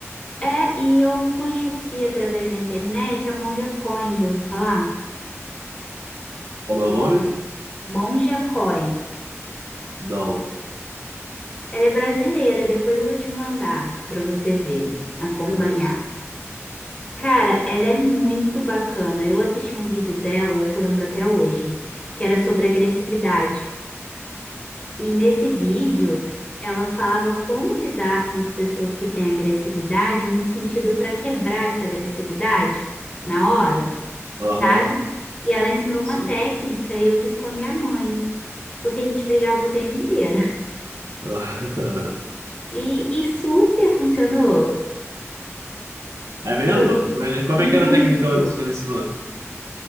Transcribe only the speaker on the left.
É, e eu conheci através da internet a Monja Coin, já ouviu falar?
Monja Coin.
Ela é brasileira, depois eu vou te mandar para você ver, acompanhar.
Cara, ela é muito bacana. Eu assisti um vídeo dela que eu lembro até hoje, que era sobre agressividade. E nesse vídeo, ela falava como lidar com as pessoas que têm agressividade no sentido para quebrar essa agressividade na hora.
sabe? E ela ensinou uma
técnica e eu fiz com a minha mãe, porque a gente brigava o tempo inteiro. <laughs>
E, e super funcionou.
Funcionou
muito.